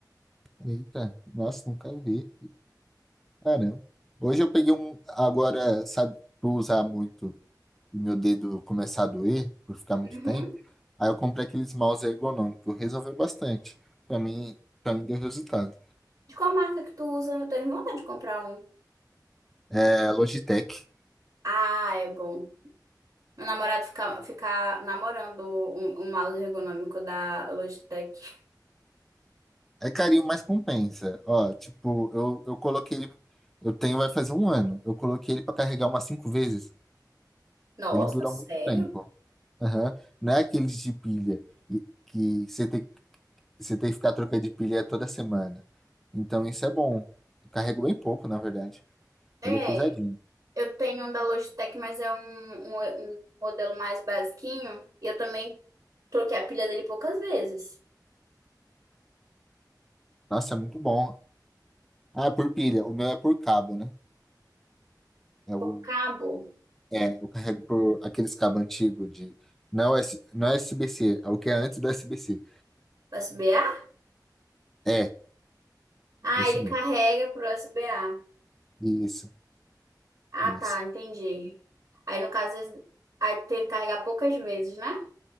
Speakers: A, in the centre; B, on the right.
A: Eita, nossa, nunca vi. Caramba. Hoje eu peguei um, agora, sabe, por usar muito e meu dedo começar a doer, por ficar muito
B: Uhum.
A: tempo, aí eu comprei aqueles mouse ergonômicos, resolveu bastante. Pra mim, pra mim deu resultado.
B: De qual marca que tu usa? Eu tenho vontade de comprar um.
A: É, Logitech,
B: Ah, é bom. Meu namorado fica, fica namorando um, um mouse ergonômico da Logitech.
A: É carinho, mas compensa. Ó, tipo, eu, eu coloquei ele. Eu tenho, vai fazer um ano. Eu coloquei ele pra carregar umas cinco vezes.
B: Nossa,
A: Ele dura
B: sério?
A: muito tempo. Aham. Não é aqueles de pilha e- que você tem, você tem que ficar trocando de pilha toda semana. Então isso é bom. Eu carrego bem pouco, na verdade.
B: É.
A: Ele é pesadinho.
B: Eu tenho um da Logitech, mas é um, um, um modelo mais basiquinho. E eu também troquei a pilha dele poucas vezes.
A: Nossa, é muito bom. Ah, é por pilha. O meu é por cabo, né? É o,
B: Por cabo
A: é, eu carrego por aqueles cabos antigos de. Não é, não é SBC, é o que é antes do USB-C.
B: USB-A?
A: É,
B: Ah,
A: esse
B: ele
A: mesmo.
B: carrega por USB-A.
A: Isso.
B: Ah,
A: Isso.
B: tá, entendi. Aí no caso, aí teve que carregar poucas vezes, né?